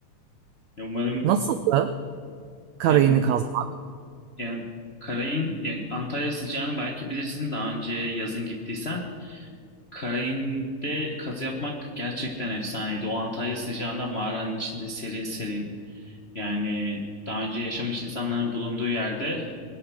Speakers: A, on the left; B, on the right.
A: ya umarım
B: Nasıldı karayını
A: yani,
B: kazmak?
A: yani Karayın yani Antalya sıcağını belki bilirsin daha önce yazın gittiysen. Karayin'de kazı yapmak gerçekten efsaneydi. O Antalya sıcağında mağaranın içinde serin serin. Yani daha önce yaşamış insanların bulunduğu yerde